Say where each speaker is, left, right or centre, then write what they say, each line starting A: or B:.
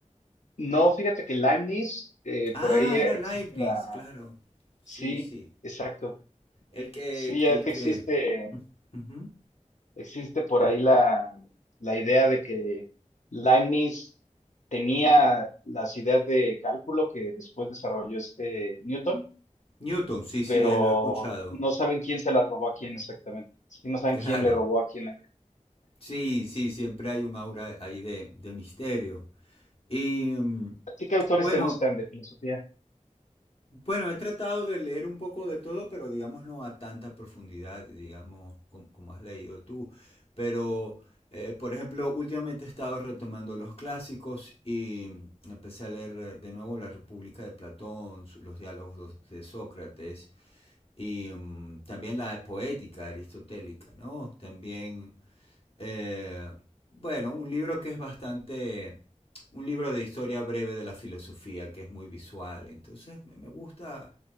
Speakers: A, on the left (about 70°); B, on the left (about 50°).
A: No, fíjate que Leibniz, eh,
B: Ah,
A: por ahí existe
B: era Leibniz,
A: la...
B: claro. Sí,
A: Sí,
B: sí.
A: exacto.
B: El que,
A: Sí,
B: el
A: es que
B: que.
A: existe,
B: Ujú.
A: existe por ahí la, la idea de que Leibniz tenía las ideas de cálculo que después desarrolló este Newton,
B: Newton, sí, sí,
A: pero
B: eh, lo he escuchado.
A: no saben quién se las robó a quién exactamente. Sí, no saben
B: Claro.
A: quién le robó a quién la idea.
B: Sí, sí, siempre hay un aura ahí de, de misterio. Y mm,
A: ¿A ti qué autores
B: bueno,
A: te gustan de filosofía?
B: bueno, he tratado de leer un poco de todo, pero digamos no a tanta profundidad, digamos, com- como, has leído tú. Pero, eh, por ejemplo, últimamente he estado retomando los clásicos y mm, empecé a leer eh, de nuevo La República de Platón, su- los diálogos dos- de Sócrates y mm, también la poética aristotélica, ¿no? También Eh, bueno, un libro que es bastante... Un libro de historia breve de la filosofía, que es muy visual. Entonces me me gusta